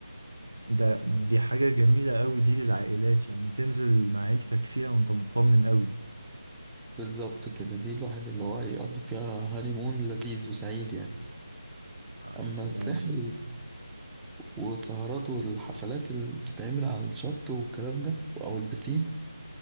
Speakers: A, on the right; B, in the centre.
A: ده دي حاجة جميلة قوي دي للعائلات يعني تنزل مع عيلتك فيها وانت مطمن قوي
B: بالظبط كده دي الواحد اللي هو يقضي فيها هانيمون لذيذ وسعيد يعني
A: آه
B: أما
A: يا سلام
B: الساحل وسهرات والحفلات اللي بتتعمل على الشط والكلام ده أو البسين